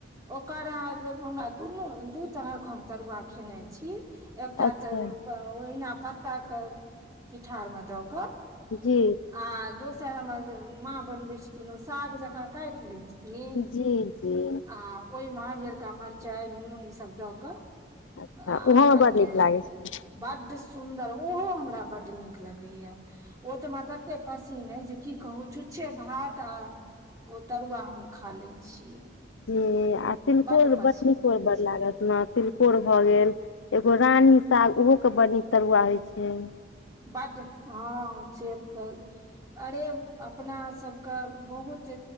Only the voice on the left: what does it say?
अच्छा
जी।
जी जी
अच्छा
ओहोमे
बड नीक लागै छै
जी आ तिलकोर
बड़ नीकोर
बड़ लागत। जेना तिलकोर भ गेल एगो रानी साग ओहो के बड़ नीक तरुआ होइ छै